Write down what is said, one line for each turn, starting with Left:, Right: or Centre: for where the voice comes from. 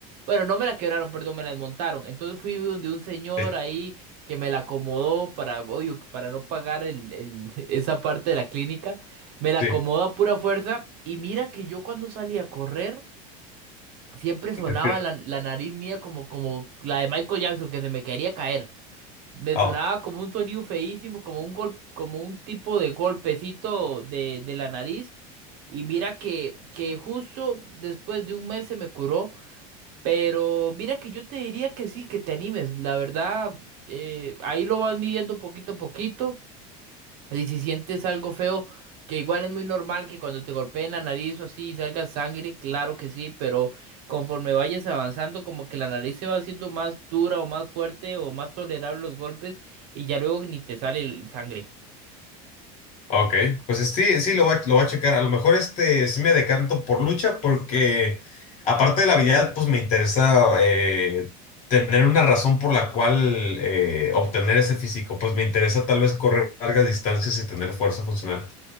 Right: Bueno, no me la quebraron, perdón, me la desmontaron. Entonces fui donde un señor
Left: sí,
Right: ahí que me la acomodó para, oye, para no pagar el, el- <laughs> esa parte de la clínica. Me la
Left: sí.
Right: acomodó a pura fuerza y mira que yo cuando salí a correr siempre sonaba
Left: respira.
Right: la, la nariz mía como, como la de Michael Jackson que se me quería caer. Me
Left: Ah.
Right: sonaba como un sonido feísimo, como un gol, como un tipo de golpecito de, de la nariz. Y mira que, que justo después de un mes se me curó. Pero mira que yo te diría que sí, que te animes. La verdad, eh, ahí lo vas midiendo poquito a poquito. Y si sientes algo feo, que igual es muy normal que cuando te golpeen la nariz o así salga sangre, claro que sí, pero conforme vayas avanzando, como que la nariz se va haciendo más dura o más fuerte o más tolerable los golpes y ya luego ni te sale el sangre.
Left: Ok, pues sí, sí lo voy, a- lo voy a checar. A lo mejor este sí me decanto por lucha porque aparte de la habilidad, pues me interesa eh, tener una razón por la cual eh, obtener ese físico. Pues me interesa tal vez correr largas distancias y tener fuerza funcional.